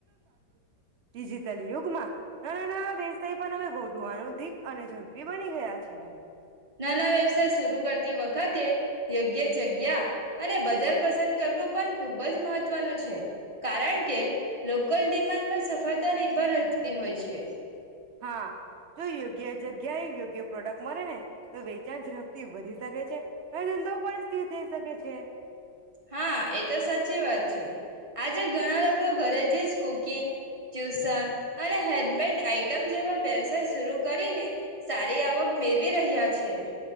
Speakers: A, on the right; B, on the right.
A: તીજી <unintelligible> ના ના ના વે પણ અમે ગોધવાનું દીક અને ઝડપી બની ગયા છે.
B: નાના વ્યવસાય સુ કરતી વખતે યોગ્ય જગ્યા અને બજાર પસંદ કરવું પણ ખુબ જ મહત્વનું છે કારણ કે લોકલ ડિમાન્ડ પણ સફ નિભર રહેતી હોય છે.
A: હા જો યોગ્ય જગ્યાએ યોગ્ય પ્રોડક્ટ મળે ને તો વેચાણ ઝડપથી વધી શકે છે. <unintelligible> ટી થઈ શકે છે.
B: હા એતો સાચી વાત છે આજે ઘણા લોકો ઘરેથી જ કુકિંગ ટ્યુશન અને હેન્ડમેડ આઈટમ જેવા વ્યવસાય શર કરીને સારી આવક મેળવી રહ્યા છે.